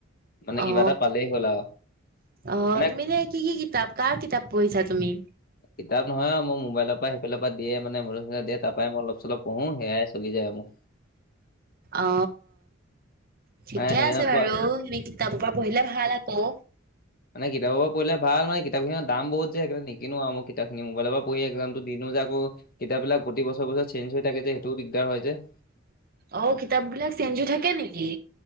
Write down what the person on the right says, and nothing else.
অ
অ
তুমি যে কি কি কিতাপ কাৰ কিতাপ পঢ়িছা তুমি?
অ ঠিকে
আছে
বাৰু কিতাপৰ পৰা পঢ়িলে ভাল আকৌ।
অ কিতাপবিলাক চেঞ্জ হৈ থাকে নেকি?